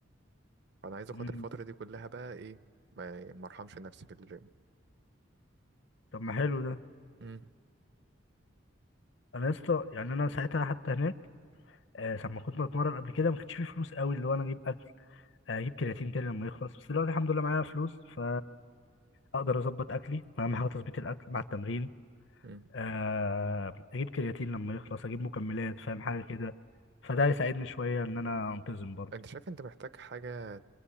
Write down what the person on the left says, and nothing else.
مم.
طب ما حلو ده
انا يا اسطى يعني انا ساعتها حتى هناك آه، لما كنت بتمرن قبل كده ما كانش فيه فلوس قوي اللي هو انا اجيب اكل اجيب كرياتين تاني لما يخلص بس دلوقتي الحمد لله معايا فلوس ف اقدر اظبط اكلي اهم حاجه تظبيط الاكل مع التمرين
آه، اجيب كرياتين لما يخلص اجيب مكملات فاهم حاجه كده فده هيساعدني شويه ان انا انتظم برضه